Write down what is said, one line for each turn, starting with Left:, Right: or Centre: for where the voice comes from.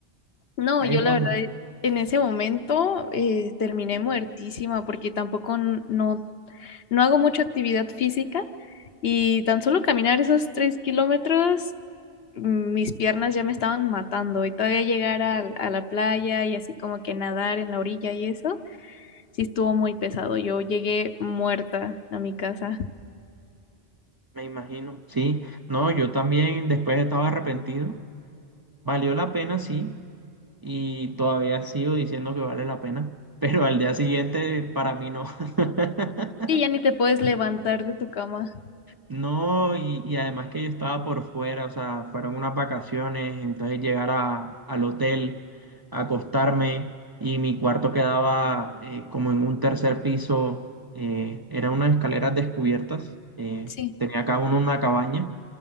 Left: No,
Right: Ahí
Left: yo
Right: vamos.
Left: la verdad en ese momento eh, terminé muertísima porque tampoco n- no, no hago mucha actividad física y tan solo caminar esos tres kilómetros, mm, mis piernas ya me estaban matando y todavía llegar al- a, la playa y así como que nadar en la orilla y eso, sí estuvo muy pesado. Yo llegué muerta a mi casa.
Right: Me imagino, sí. No, yo también después estaba arrepentido. Valió la pena, sí. Y todavía sigo diciendo que vale la pena. <laughs> Pero al día siguiente, para mí no. <laughs>
Left: Sí, ya ni te puedes levantar de tu cama.
Right: No, y, y además que yo estaba por fuera, o sea, fueron unas vacaciones, entonces llegar a, al hotel, acostarme y mi cuarto quedaba eh, como en un tercer piso, eh, eran unas escaleras descubiertas, eh,
Left: Sí,
Right: tenía cada uno una cabaña